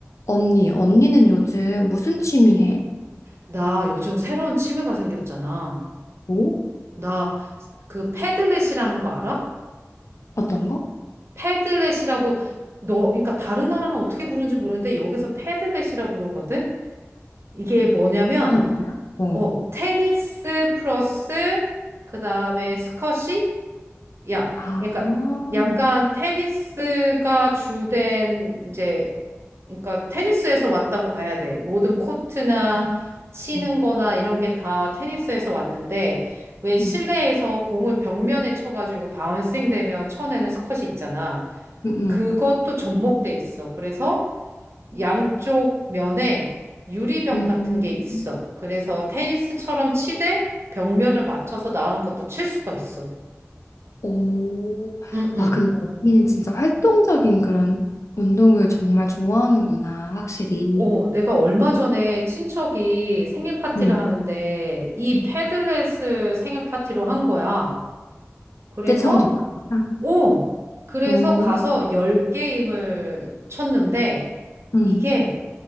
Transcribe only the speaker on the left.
언니, 언니는 요즘 무슨 취미 해?
뭐?
어떤 거?
하는 거야? 어.
아,
음,
음,
음,
음.
음,
음,
음.
오,
와, 근데 언니는 진짜 활동적인 그런 운동을 정말 좋아하는구나, 확실히.
음,
음.
그때 처음 접했구나.
오,
음,